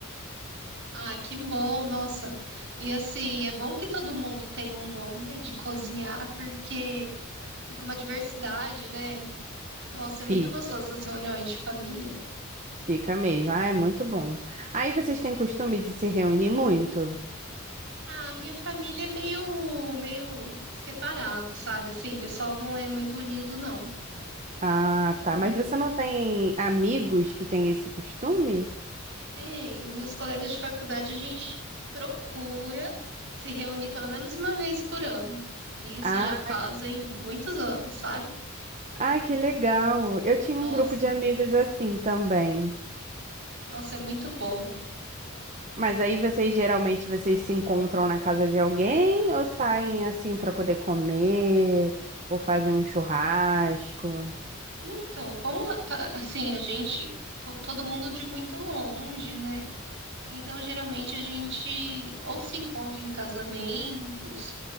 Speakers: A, on the right; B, on the right.
A: Ah, que bom, nossa. E assim, é bom que todo mundo tem um dom, né, de cozinhar, porque fica uma diversidade, né? Nossa,
B: Fi-
A: é muito gostoso essas reuniões de família.
B: Fica mesmo. Ah, é muito bom. Aí vocês têm costume de se reunir muito?
A: Ah, minha família é meio, meio separado, sabe? Assim, o pessoal não é muito unido, não.
B: Ah,
A: Aí.
B: tá. Mas você não tem amigos que têm esse costume?
A: Tem, os meus colegas de faculdade, a gente procura se reunir pelo menos uma vez por ano. E isso
B: Ah,
A: já fazem muitos anos, sabe?
B: ah, que legal. Eu tinha
A: Nossa,
B: um grupo de amigos assim também.
A: nossa, é muito bom.
B: Mas aí vocês geralmente vocês se encontram na casa de alguém ou saem assim para poder comer ou fazem um churrasco?
A: Então, como tá- assim, a gente, to- todo mundo de muito longe, né? Então, geralmente a gente ou se encontra em casamentos,